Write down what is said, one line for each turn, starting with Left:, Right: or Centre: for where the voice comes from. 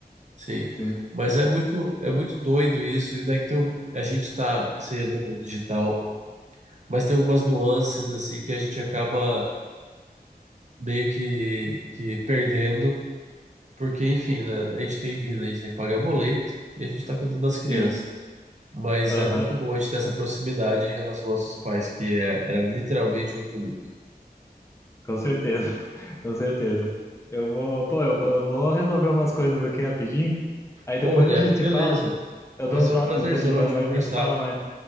Right: Sim.
Left: Sim,
Right: Mas é muito, é muito doido isso, e né, que tem um, a gente está inserido no mundo digital, mas tem algumas nuances assim que a gente acaba meio que, que perdendo, porque enfim, né, a gente tem vida, a gente tem que pagar boleto e a gente está cuidando das crianças.
Left: sim.
Right: Mas
Left: Aham,
Right: é muito bom a gente ter essa proximidade em relação aos nossos pais, que é, é literalmente outro mundo.
Left: com certeza. com certeza. Eu vou, pô, eu, vou- eu vou resolver umas coisas aqui rapidinho. Aí
Right: Pô,
Left: depois
Right: Jeff,
Left: a gente
Right: beleza.
Left: se fala. Eu
Right: Vai
Left: dou
Right: ser
Left: um toque
Right: um prazerzão
Left: no seu de novo
Right: a gente
Left: aí,
Right: conversar
Left: nós se fala mais.